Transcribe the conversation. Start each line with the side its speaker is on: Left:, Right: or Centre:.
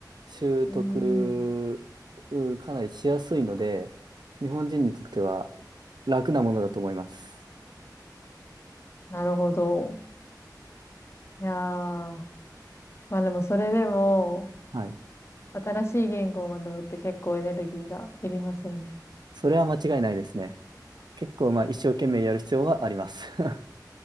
Right: 習得うかなりしやすいので、
Left: うん。うん
Right: 日本人にとっては楽なものだと思います。
Left: なるほど。いやー。まあでもそれでも、
Right: はい。
Left: 新しい言語を学ぶって結構エネルギーがいりますよね。
Right: それは間違いないですね。結構まあ一生懸命やる必要があります。<laughs>